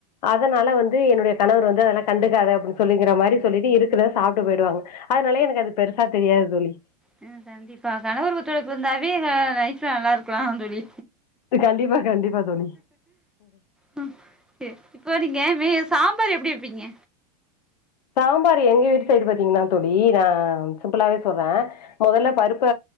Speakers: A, on the left; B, in the centre.
A: அதனால வந்து என்னுடைய கணவர் வந்து அதெல்லாம கண்டுக்காத அப்டின்னு சொல்லிங்கிற மாரி சொல்லிட்டு இருக்குற சாப்ட்டு போயிடுவாங்க அதனால எனக்கு அது பெருசா தெரியாது தோழி
B: ஹ கண்டிப்பா கணவர் ஒத்துழைப்பு இருந்தாவே லைஃப்ல நல்லா இருக்கலா தோழி
A: கண்டிப்பா, கண்டிப்பா தோழி.
B: ஹோ சரி இப்போ நீங்க மே சாம்பார் எப்டி வப்பீங்க
A: சாம்பார் எங்க வீட்டு சைடு பாத்தீங்கன்னா தோழி நா சிம்பிளாவே சொல்றே மொதல்ல பருப் ப